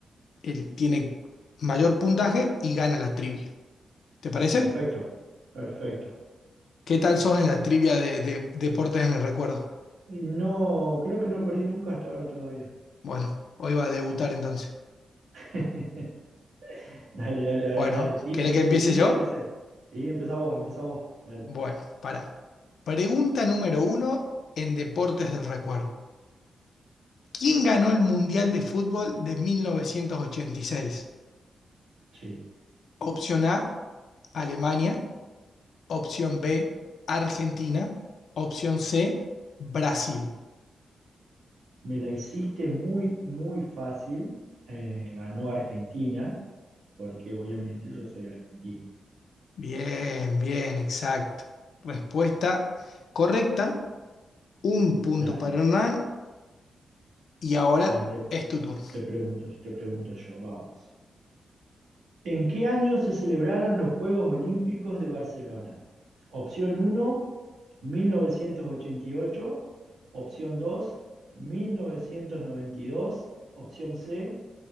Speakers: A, on the left; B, on the right.
A: el tiene mayor puntaje y gana la trivia. ¿Te parece?
B: Perfecto, perfecto.
A: ¿Qué tal sos en la trivia de, de deportes en el recuerdo?
B: No, creo que no perdí nunca hasta ahora todavía.
A: Bueno, hoy va a debutar entonces.
B: <laughs> Dale, dale, a
A: Bueno,
B: ver, dale, tire,
A: ¿querés
B: tire,
A: que empiece
B: tire
A: yo?
B: lo que sea. Sí, empezá vos, empezá vos, dale.
A: Bueno, para. Pregunta número uno en deportes del recuerdo. ¿Quién ganó el Mundial de Fútbol de 1986?
B: Sí,
A: Opción A, Alemania. Opción B, Argentina. Opción C, Brasil.
B: me la hiciste muy, muy fácil. Eh, ganó Argentina, porque obviamente yo soy argentino.
A: Bien, bien, exacto. Respuesta correcta. Un punto
B: Dale,
A: para Hernán. Y ahora
B: arte.
A: es tu turno.
B: Te pregunto, te pregunto yo, vamos. ¿En qué año se celebraron los Juegos Olímpicos de Barcelona? Opción 1, 1988. Opción 2, 1992. Opción C,